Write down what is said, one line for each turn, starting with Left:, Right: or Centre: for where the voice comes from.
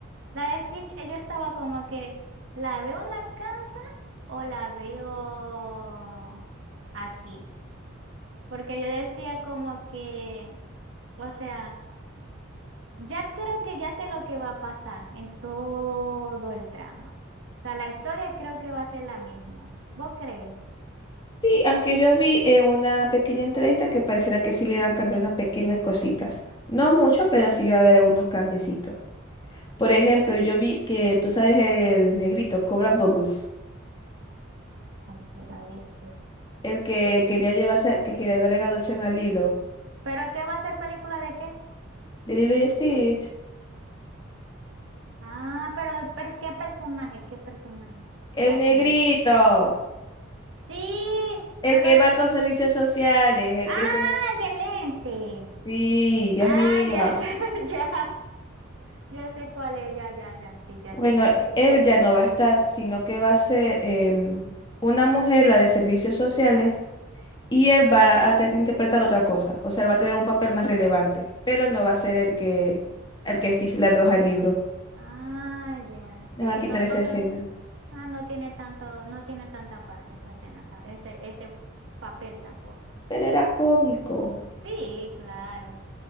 Right: La de Stitch, eh, yo estaba como que, ¿la veo en la casa o la veo aquí? Porque yo decía como que, o sea... Ya creo que ya sé lo que va a pasar en todo el trama. O sea, la historia creo que va a ser la misma. ¿Vos creéis?
Left: Sí, aunque yo vi en una pequeña entrevista que pareciera que sí le iban a cambiar unas pequeñas cositas. No mucho, pero sí iba a haber algunos cambiecitos. Por ejemplo, yo vi que, tú sabes, el negrito, Cobra Bubbles,
Right: ¿Cuál será ese?
Left: el que quería llevarse, que quería dar en adopción a Lilo,
Right: ¿Pero qué va a ser película de qué?
Left: de Lilo y Stitch.
Right: Ah, pero, pero es- ¿qué personaje? ¿Qué personaje?
Left: El
Right: Va a
Left: negrito,
Right: ser él. Sí,
Left: el
Right: pero
Left: que
Right: él...
Left: va con servicios sociales, el
Right: Ah,
Left: que se...
Right: el de lente.
Left: Sí, Dios
Right: Ah,
Left: mío.
Right: ya sé, <laughs> ya. Ya sé cuál es, ya, ya, ya, sí, ya
Left: Bueno,
Right: sé cuál es.
Left: él ya no va a estar, sino que va a ser em, una mujer, la de servicios sociales y él va a te- interpretar otra cosa, o sea, él va a tener un papel más relevante, pero no va a ser el que el que Stitch le arroja el libro.
Right: Ah, ya. Sí,
Left: Le van a quitar
Right: no,
Left: esa
Right: porque
Left: escena.
Right: no. Ah, no tiene tanto, no tiene tanta parte esa escena, ta- ese, ese papel tampoco.
Left: Pero era cómico.
Right: Sí, claro.